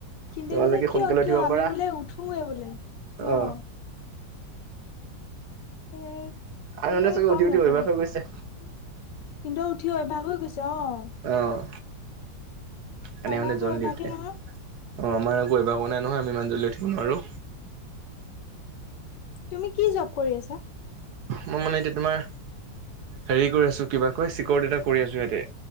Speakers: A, on the left (about 75°); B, on the right (about 65°).
A: কিন্তে
B: তোমালোকে
A: কৈছে কিয়
B: সোনকালে
A: কিয়
B: উঠিব
A: আমি
B: পাৰা
A: বোলে উঠোৱে বোলে অহ
B: অ
A: <inaudible>
B: আৰু
A: ধুনীয়াকে
B: মানে চাগে
A: তল
B: উঠি উঠি
A: নপৰা
B: অভ্যাস হৈ গৈছে
A: সিন্দুৰ উঠি আহ ভাগ হৈ গৈছে অঁ।
B: আহ এনে
A: আমাৰ
B: মানে
A: আকৌ
B: জ্বদি
A: অভ্যাসে
B: উঠে।
A: নহয়
B: অঁ আমাৰ আক অভ্যাস নাই নহয় আমি ইমান জলদি উঠিব নোৱাৰো।
A: তুমি কি জব কৰি আছা?
B: মই মানে এতিয়া তোমাৰ হেৰি কৰি আছো কিবা কৈ চিকৰিটি এটা কৰি আছো ইয়াতে।